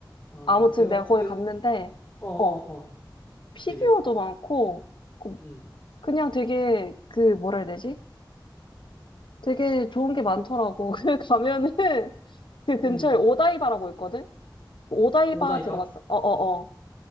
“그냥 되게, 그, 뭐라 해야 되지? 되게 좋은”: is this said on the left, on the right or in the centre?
Left